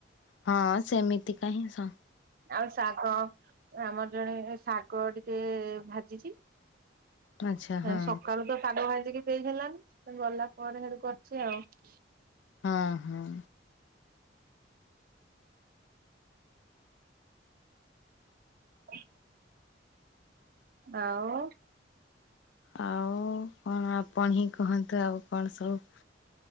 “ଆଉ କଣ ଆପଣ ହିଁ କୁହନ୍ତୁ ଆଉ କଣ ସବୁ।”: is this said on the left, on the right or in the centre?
Left